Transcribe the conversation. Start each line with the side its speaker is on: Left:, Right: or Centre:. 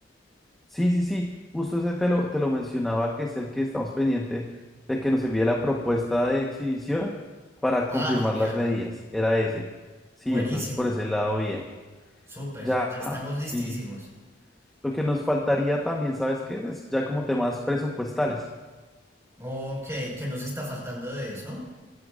Centre: Sí, sí, sí, justo ese te lo, te lo mencionaba, que es el que estamos pendiente de que nos envíe la propuesta de exhibición para
Right: Ah,
Centre: confirmar
Right: genial.
Centre: las medidas, era ese. Sí,
Right: Buenísimo.
Centre: entonces por ese lado bien.
Right: Súper,
Centre: Ya,
Right: ya estamos listísimos.
Centre: sí. Lo que nos faltaría también, ¿sabes qué? Es ya como temas presupuestales.
Right: Ok, ¿qué nos está faltando de eso?